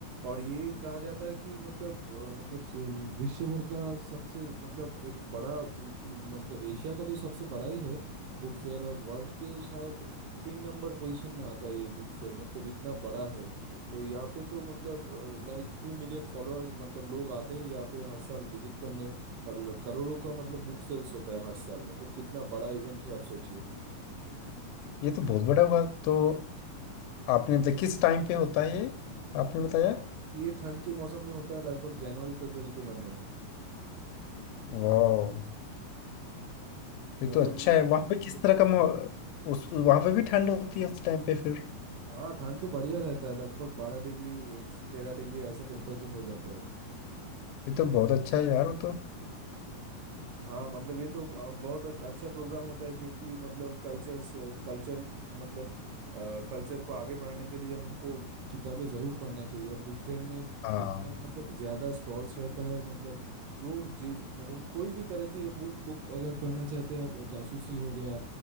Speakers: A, on the right (about 75°); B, on the left (about 80°).
A: और ये कहा जाता है कि मतलब अ, मतलब सु- विश्व भर का सबसे मतलब एक बड़ा इ- इ- मतलब एशिया का तो सबसे बड़ा ही है बुक फेयर और वर्ल्ड के शायद तीन नंबर पोजीशन में आता है ये बुक फेयर मतलब इतना बड़ा है तो यहाँ पे तो मतलब लाइक टू मिलियन फॉलोअर मतलब लोग आते हैं यहाँ पे हर साल विजिट करने और करोड़ों का मतलब बुक सेल्स होता है हर साल मतलब कितना बड़ा इवेंट है आप सोचिए
B: ये तो बहुत बड़ा हुआ तो आपने मतलब किस टाइम पे होता है ये आपने बताया
A: ये ठंड के मौसम में होता है लगभग जनवरी फरवरी के महीने में
B: वाह ये
A: मतलब
B: तो अच्छा
A: ये
B: है वहाँ पे किस तरह का माहौल- उस वहाँ पे भी ठंड होती है उस टाइम पे फिर
A: हाँ ठंड तो बढ़िया रहता है लगभग बारह डिग्री तेरह डिग्री ऐसा टेम्परेचर हो जाता है
B: ये तो बहुत अच्छा है यार वो तो
A: हाँ मतलब ये तो ब- बहुत एक अच्छा प्रोग्राम होता है क्योंकि मतलब कल्चर कल्चर मतलब कल्चर को आगे बढ़ाने के लिए हमको किताबें जरूर पढ़ना चाहिए और बुक फेयर में
B: हाँ
A: इतना मतलब ज्यादा स्टॉल्स रहता है मतलब जो जे मतलब कोई भी तरह के बुक बुक अगर पढ़ना चाहते हैं आप जासूसी हो गया